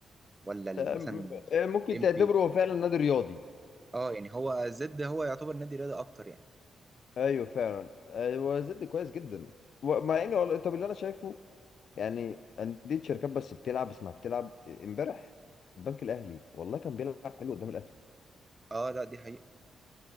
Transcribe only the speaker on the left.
آه،
م-
آه، ممكن
تعتبره
هو فعلا نادي رياضي
ايوه فعلا آه، هو زد كويس جدا و- مع انه والله- طب اللي انا شايفه يعني انديه شركات بس بتلعب اسمها بتلعب امبارح البنك الاهلي والله كان بيلعب حلو قدام الاهلي